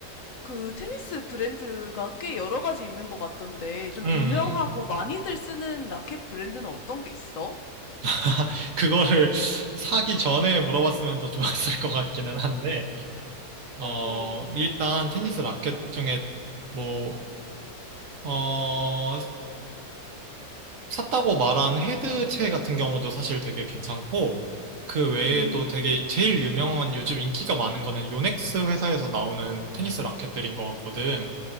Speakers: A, on the left; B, on the right.
A: 그 테니스 브랜드가 꽤 여러 가지 있는 것 같던데, 좀
B: 음, 음.
A: 유명하고 많이들 쓰는 라켓 브랜드는 어떤 게 있어?
B: <laughs> 그거를 사기 전에 물어봤으면 더 좋았을 것 같기는 한데, 어,
A: 어,
B: 일단 테니스 라켓 중에 뭐, 어, 샀다고 말한 헤드체 같은 경우도 사실 되게 괜찮고, 그 외에도
A: 음,
B: 되게 제일 유명한 요즘 인기가 많은 거는 요넥스 회사에서 나오는 테니스 라켓들인 것 같거든.